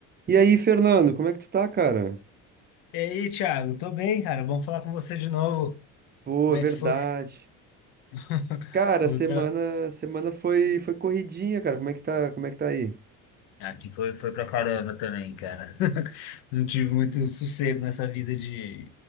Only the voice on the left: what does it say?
E aí, Thiago, tô bem, cara. Bom falar com você de novo.
Como é
que foi? <laughs>
Outra...
Aqui foi, foi pra caramba também, cara. <laughs> Não tive muito sossego nessa vida de,